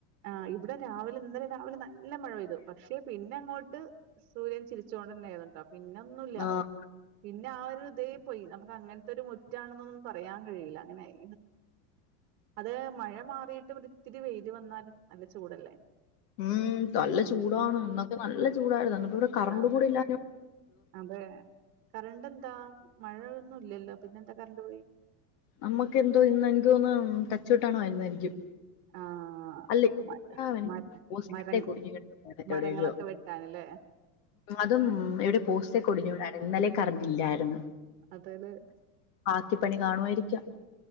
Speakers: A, on the right (about 65°); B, on the left (about 55°).
A: ആഹ് ഇവിടെ രാവിലെ ഇന്നലെ രാവിലെ നല്ല മഴ പെയ്തു പക്ഷേ പിന്നെ അങ്ങോട്ട് സൂര്യൻ ചിരിച്ചുകൊണ്ട് തന്നെയാ രുന്നോ പിന്ന ഒന്നുല്ലാ
B: ആഹ്
A: പിന്നെ ആ ഒരു ഇതേ പോയി നമുക്ക് അങ്ങനെ തൊരു മുറ്റാണെന്നൊന്നും പറയാൻ കഴിയില്ല അങ്ങനൊയി അത് മഴ മാറിയിട്ട് ഇവിടെ ത്തിരി വെയില് വന്നാലും നല്ല ചൂടല്ലേ
B: മ് നല്ല
A: ഉം
B: ചൂടാണ് ഇന്നൊക്കെ നല്ല ചൂടായിരുന്നു ന്ന് പ്പം ഇവിടെ കറണ്ട്
A: അതെ
B: കൂടി ഇല്ല
A: അതെ കറണ്ട് എന്താ മഴയൊന്നും ഇല്ലല്ലോ പിന്നെ എന്താ കറണ്ട് പോയി
B: നമ്മക്ക് എന്തോ ഇന്ന് എനിക്ക് തോന്ന് ടച്ച് വെട്ടാണുന്നായിരിക്കും
A: ആഹ്
B: അല്ല
A: മ
B: <unintelligible> പോസ്റ്റ്‌
A: മര
B: <unintelligible>
A: മരങ്ങളൊക്കെ വെട്ടാനല്ലേ
B: അതും പോസ്റ്റ്‌ ഒക്കെ ഒടിഞ്ഞു വീണാ ഇന്നലേ കറണ്ടില്ലായിരുന്നു
A: അതെല്ലേ
B: ബാക്കിപ്പണി കാണുവാരിക്കാം